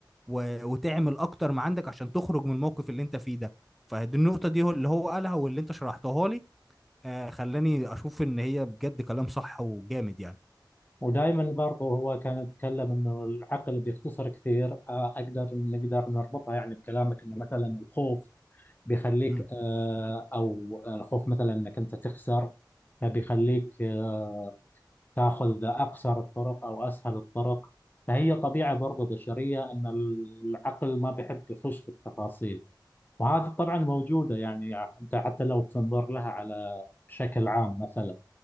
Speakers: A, in the centre; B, on the left (about 25°).
A: و... وتعمل اكتر ما عندك عشان تخرج من الموقف اللي انت فيه ده فدي النقطة دي هو اللي هو قالها واللي انت شرحتها لي آه خلاني اشوف ان هي بجد كلام صح وجامد يعني
B: ودائما برضو هو كان يتكلم انه العقل بيختصر كثير آه، اقدر نقدر نربطها يعني بكلامك انه مثلا الخوف بيخليك
A: مم.
B: آه، او الخوف مثلا انك انت تخسر فبيخليك آه، تاخذ أقصر الطرق أو أسهل الطرق فهي طبيعة برضه بشرية أن العقل ما بيحب يخش في التفاصيل وهذه طبعا موجودة يعني يعني أنت حتى لو تنظر لها على بشكل عام مثلا